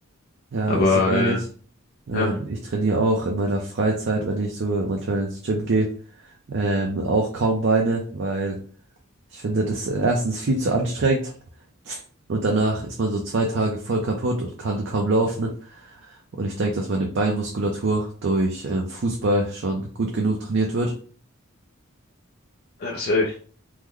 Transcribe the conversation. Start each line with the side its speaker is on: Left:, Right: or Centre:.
Right: Ja,
Left: Aber
Right: ich sag ehrlich, ähm,
Left: äh, ja,
Right: ich trainiere auch in meiner Freizeit, wenn ich so manchmal ins Gym gehe, ähm, auch kaum Beine, weil Ich finde das erstens viel zu anstrengend und danach ist man so zwei Tage voll kaputt und kann kaum laufen. ne? Und ich denke, dass meine Beinmuskulatur durch ähm, Fußball schon gut genug trainiert wird.
Left: also